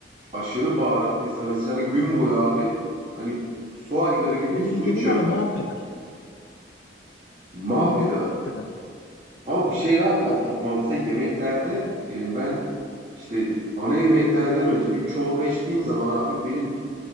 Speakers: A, on the right (about 35°); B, on the left (about 80°).
A: aşırı baharatlıysa mesela gün boyu abi hani su aygırı gibi
B: O
A: su
B: mideni
A: içiyorum
B: var ya
A: ben.
B: mahveder.
A: Mahvedi
B: O mideni
A: abi.
B: mahveder.
A: Ama bir şey daha fark ettim abi. Mesela yemeklerde e, ben işte ana yemeklerden önce bir çorba içtiğim zaman abi benim